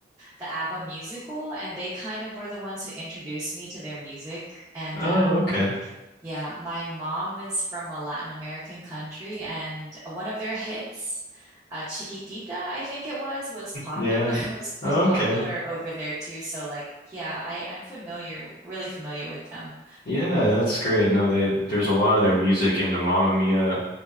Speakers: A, on the right; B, on the left.
A: the ABBA musical, and they kind of were the ones who introduced me to their music. And
B: Oh,
A: um,
B: okay.
A: yeah, my mom is from a Latin American country, and one of their hits, uh, Chiquitita, I think it was, was popular
B: Yeah.
A: <laughs> was
B: Okay.
A: was popular over there too. So like, yeah, I I'm familiar, really familiar with them.
B: Yeah, that's great. No, they there's a lot of their music in the Mamma Mia